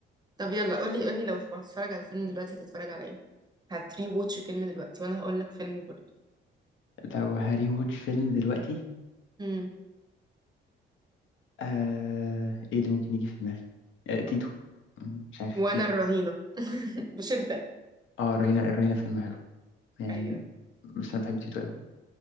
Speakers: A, on the right; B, on the left.
A: طب يلا قولي قولي لو هتتفرج على الفيلم دلوقتي هتتفرج على ايه هتري ووتش فيلم دلوقتي وانا هقول لك فيلم برضه
B: لو هاري ووتش فيلم دلوقتي
A: مم.
B: آه ايه اللي ممكن يجي في دماغي آه تيتو مم، مش عارف
A: وانا
B: تيتو
A: الرهينة <laughs> بشدة
B: اه رينا رينا فيلم حلو يعني
A: ايوه
B: بس انا بحب تيتو قوي